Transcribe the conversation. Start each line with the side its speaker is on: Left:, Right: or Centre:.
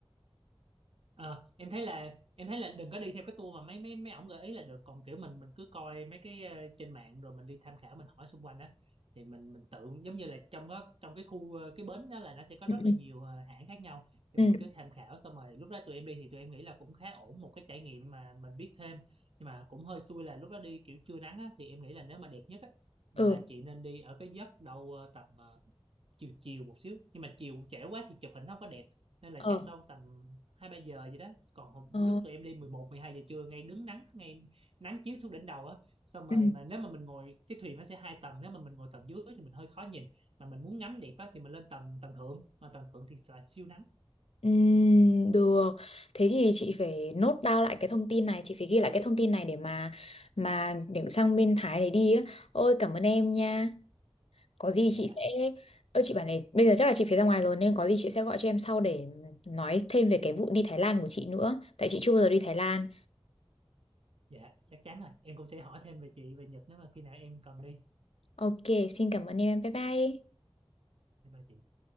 Right: Ờ, em thấy là em thấy là đừng có đi theo cái tour mà mấy mấy mấy ổng gợi ý là được còn kiểu mình mình cứ coi mấy cái ờ, trên mạng rồi mình đi tham khảo mình hỏi xung quanh á thì mình mình tự giống như là trong đó trong cái khu ờ, cái bến đó là nó sẽ có
Left: Ừ
Right: rất là nhiều ờ, hãng khác nhau thì
Left: ừ
Right: mình cứ tham khảo xong rồi lúc đó tụi em đi thì tụi em nghĩ là cũng khá ổn một cái trải nghiệm mà mình biết thêm nhưng mà cũng hơi xui là lúc đó đi kiểu trưa nắng á thì em nghĩ là nếu mà đẹp nhất á là
Left: ừ.
Right: chị nên đi ở cái giấc đâu ờ, tầm ờ, chiều chiều một xíu nhưng mà chiều trễ quá thì chụp hình nó không có đẹp nên là
Left: Ờ.
Right: chắc đâu tầm hai ba giờ vậy đó còn hôm,
Left: Ờ.
Right: lúc tụi em đi mười một mười hai giờ trưa ngay đứng nắng ngay nắng chiếu xuống đỉnh đầu á xong rồi
Left: Ừ.
Right: mà nếu mà mình ngồi cái thuyền nó sẽ hai tầng nếu mà mình ngồi tầng dưới thì mình hơi khó nhìn mà mình muốn ngắm đẹp á thì mình lên tầng tầng thượng mà tầng thượng thì là siêu nắng
Left: Ừ, được. Thế thì chị phải nốt down lại cái thông tin này, chị phải ghi lại cái thông tin này để mà mà để sang bên Thái để đi á. Ôi cảm ơn em nha. Có gì
Right: dạ
Left: chị sẽ Ơ chị bảo này bây giờ chắc là chị phải ra ngoài rồi nên có gì chị sẽ gọi cho em sau để nói thêm về cái vụ đi Thái Lan của chị nữa tại chị chưa bao giờ đi Thái Lan.
Right: dạ chắc chắn rồi em cũng sẽ hỏi thêm về chị về Nhật nếu mà khi nào em cần đi
Left: Ok, xin cảm ơn em. Bye bye.
Right: để bà chị